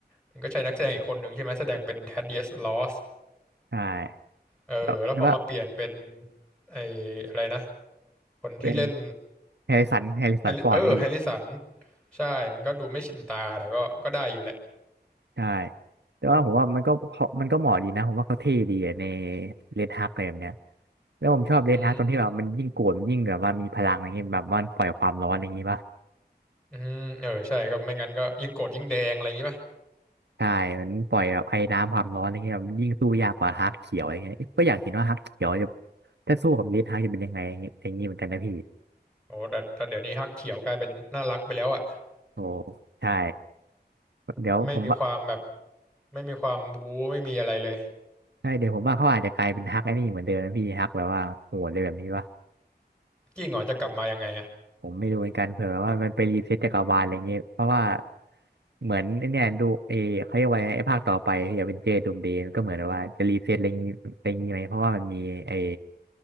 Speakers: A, in the centre; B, on the right.
A: มันก็ใช้นักแสดงอีกคนหนึ่งใช่ไหมแสดงเป็น Thaddeus Ross
B: ใช่
A: เออแล้วพอมาเปลี่ยนเป็น
B: แล้วแล้วว่า
A: ไอ้อะไรนะคนที่เล่น
B: เป็นแฮร์ริสันแฮร์ริสันฟอร์ดพี่
A: Harry- เออแฮร์ริสันใช่มันก็ดูไม่ชินตาแต่ก็ก็ได้อยู่แหละ
B: ใช่แต่ว่าผมว่ามันก็เขามันก็เหมาะดีนะผมว่าเขาเท่ดีอะในเรดฮักอะไรแบบเนี้ยแล้วผมชอบเรดฮักตรงที่แบบมันยิ่งโกรธมันยิ่งแบบว่ามีพลังอะไรเงี้ยแบบว่ามันปล่อยความร้อนอะไรอย่างงี้ป่ะ
A: อืมอืมเออใช่ก็ไม่งั้นก็ยิ่งโกรธยิ่งแดงอะไรอย่างงี้ป่ะ
B: ใช่มันปล่อยแบบไอ้น้ำความร้อนอะไรเงี้ยมันยิ่งสู้ยากกว่าฮักเขียวอะไรเงี้ยก็อยากเห็นว่าฮักเขียวจะถ้าสู้กับเรดฮักจะเป็นยังไงอย่างงี้อย่างงี้เหมือนกันนะพี่
A: โอ้แต่แต่เดี๋ยวนี้ฮักเขียวกลายเป็นน่ารักไปแล้วอ่ะ
B: โอ้ใช่เดี๋ยวผมว่า
A: ไม่มีความแบบไม่มีความบู๊ไม่มีอะไรเลย
B: ใช่เดี๋ยวผมว่าเขาอาจจะกลายเป็นฮักไอ้นี่เหมือนเดิมนะพี่ฮักแบบว่าโหดเลยแบบนี้ป่ะ
A: ยิ่งเหรอจะกลับมายังไงอ่ะ
B: ผมไม่รู้เหมือนกันเผื่อแบบว่ามันไปรีเซ็ตจักรวาลอะไรเงี้ยเพราะว่าเหมือนไอ้เนี่ยดูเอเขาเรียกว่าไงไอ้ภาคต่อไปที่อเวนเจอร์ดูมเดย์มันก็เหมือนแบบว่าจะรีเซ็ตอะไรงี้อะไรงี้ไหมเพราะว่ามันมีไอ้